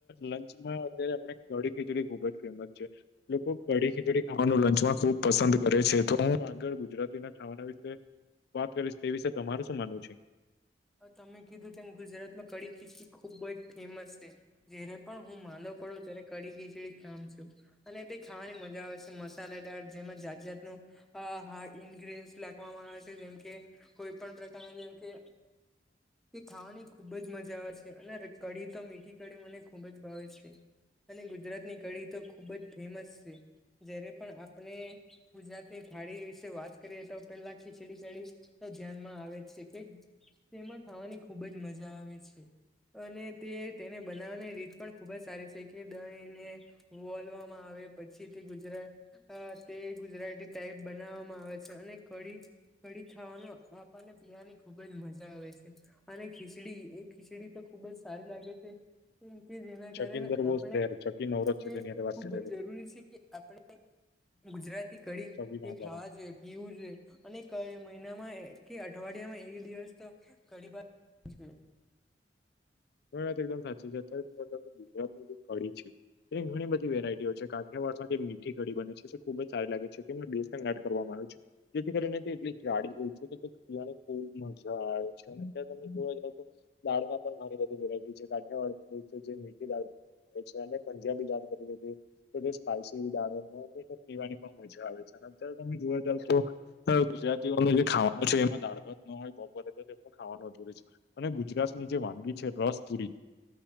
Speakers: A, on the left (about 65°); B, in the centre.
A: લંચમાં અત્યારે આપણે કડી ખીચડી ખુબ જ ફેમસ છે. લોકો કડી ખીચડી ખાવાનું લંચમાં ખુબ પસંદ કરે છે તો હું આગળ ગુજરાતી ના ખા વાના વિશે વાત કરીશ તે વિશે તમારું શું માનવું છે?
B: હા તમે કીધું તેમ ગુજરાતમાં કડી ખીચડી ખુબ જ ફેમસ છે. જ્યારે પણ હું માંદો પડું ત્યારે કડી ખીચડી જ ખામ છું. અને તે ખાવાની મજા આવે છે. મસાલે દાર જેમાં જાત જાતનું આ હા ઇન્ગ્રીન્સ લાખવામાં આવે છે જેમકે કોઈ પણ પ્રકારના જેમકે તે ખાવાની ખુબ જ મજા આવે છે અને કઢી તો મીઠી કઢી મને ખૂબ જ ભાવે છે. અને ગુજરાતની કઢી તો ખૂબ જ ફેમસ છે. જ્યારે પણ આપણે ગુજરાતની થાળી વિશે વાત કરીએ તો પેલાં ખીચડી કડી તો ધ્યાનમાં આવે જ છે કે તેમાં ખાવાની ખુબ જ મજા આવે છે અને તે તેને બનાવવાની રીત પણ ખુબ જ સારી છે કે દહીને વોલવામાં આવે પછી તે ગુજરાત હ તે ગુજરાતી ટાઈપ બનાવામાં આવે છે અને કઢી કળી ખાવાનું આપણને પીયાની ખુબ જ મજા આવે છે અને ખીચડી એ ખીચડી તો ખૂબ જ સારી લાગે છે કેમ કે જેના કારણે
A: ચકિંદર વોઝ
B: આપણે
A: ચકી નવરો જ
B: તે
A: છે તેની હારે વાત
B: ખૂબ
A: કરે
B: જ જરૂરી છે. કે આપણે ગુજરાતી કળી
A: ચકી પાંજારા
B: એ ખાવા જોઈએ, પીવું જોઈએ. અને કયા મહિનામાં કે અઠવાડિયામાં એક દિવસ તો કળી ભાત <unintelligible>
A: તમારી વાત એકદમ સાચી છે <inaudible> ગુજરાતની જે કળી છે તેની ઘણી બધી વેરાયટીઓ છે કાઠિયાવાડમાં જે મીઠી કઢી બને છે ખુબ જ સારી લાગે છે. તેમાં બેસન એડ કરવામાં આવે છે. જેથી કરીને તે એટલી જાડી હોય છે. પીવાની ખુબ મજા આવે છે અને ત્યાં તમે જોવા જાવ તો બારમાં પણ મારી બીજી વેરાયટી છે કાઠિયાવાડ જે મીઠી દાળ પછી અને પંજાબી દાળ કરી દ કે જે સ્પાઈસી દાળ અને તે પીવાની મજા આવે છે અને અત્યારે તમે જોવા જાવ તો હ ગુજરાતીઓનું જે ખાવાનું છે એમાં દાળ ભાત ન હોય બપોરે ત તે પણ ખાવાનું અધુર છે. અને ગુજરાતની જે વાનગી છે રસપુરી